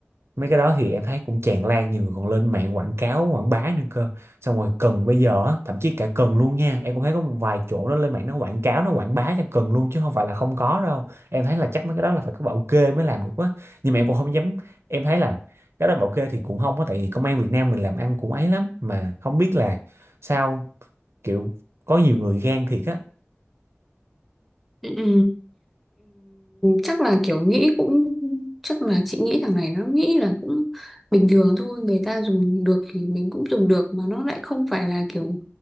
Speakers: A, on the right; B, in the centre.
A: mấy cái đó thì em thấy cũng tràn lan nhiều người còn lên mạng quảng cáo quảng bá nữa cơ xong rồi cần bây giờ á, thậm chí cả cần luôn nha em cũng thấy có một vài chỗ nó lên mạng nó quảng cáo nó quảng bá cho cần luôn chứ không phải là không có đâu em thấy là chắc mấy cái đó là phải có bảo kê mới làm được quá nhưng mà em cũng không dám em thấy là cái đó bảo kê thì cũng không á tại vì công an Việt Nam mình làm ăn cũng ấy lắm mà không biết là sao kiểu có nhiều người gan thiệt á
B: Ừ, ừ. chắc là kiểu nghĩ cũng chắc là chị nghĩ thằng này nó nghĩ là cũng bình thường thôi người ta dùng được thì mình cũng dùng được mà nó lại không phải là kiểu